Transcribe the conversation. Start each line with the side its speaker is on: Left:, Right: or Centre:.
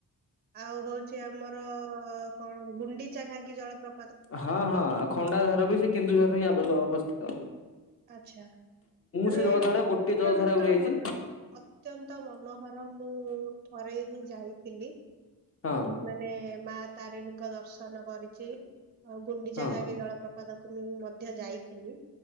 Right: ଆଉ ହଉଚି ଆମର କଣ ଗୁଣ୍ଡିଚା ଘାଗି ଜଳପ୍ର
Left: ହଁ ହଁ ଖଣ୍ଡାଧାର ବି ସେ କେନ୍ଦୁଝରରେ ହିଁ ଅବସ୍ଥିତ।
Right: ଆଚ୍ଛା।
Left: ମୁଁ
Right: ତାହେଲେ
Left: ସେ ଜଳଧାରା
Right: ମାନେ ଅତ୍ୟନ୍ତ
Left: ଗୋଟିଏ ଜଳଧାରାକୁ ଯାଇଛି
Right: ମନ ଅ ଅତ୍ୟନ୍ତ ମନୋହର ମୁଁ ଥରେ ହିଁ ଯାଇଥିଲି।
Left: ହଁ
Right: ମାନେ ମା ତାରିଣୀଙ୍କ ଦର୍ଶନ କରିଚି। ଆଉ ଗୁଣ୍ଡିଚା
Left: ହଁ
Right: ଘାଗି ଜଳପ୍ରପାତକୁ ମୁଁ ମଧ୍ୟ ଯାଇଥିଲି।